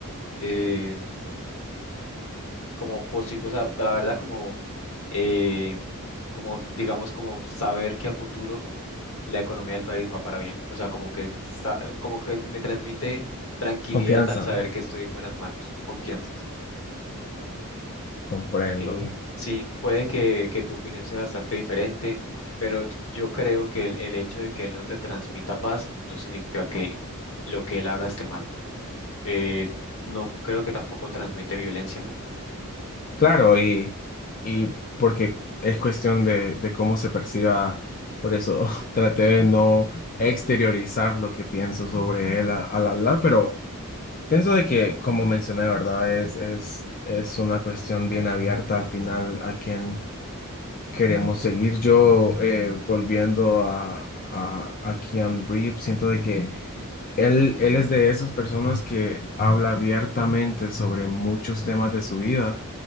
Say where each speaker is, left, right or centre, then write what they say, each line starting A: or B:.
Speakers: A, on the left; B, on the left.
A: eh, como positivo, o sea, la verdad como, eh, como digamos como saber que a futuro la economía del país va para bien, o sea, como que, sa- como que me transmite tranquilidad
B: Confianza,
A: al saber que estoy en buenas manos, confianza, sí.
B: comprendo.
A: Eh, sí, puede que, que tu opinión sea bastante diferente, pero yo creo que el, el hecho de que él no te transmita paz no significa que lo que él haga esté mal. Eh, no creo que tampoco transmite violencia, ¿no?
B: Claro, y, y porque es cuestión de, de cómo se perciba, por eso <laughs> traté de no exteriorizar lo que pienso sobre él a- al hablar, pero Pienso de que, como mencioné, ¿verdad? Es, es, es una cuestión bien abierta al final a quién queremos seguir. Yo, eh, volviendo a, a, a Keanu Reeves, siento de que él, él es de esas personas que habla abiertamente sobre muchos temas de su vida,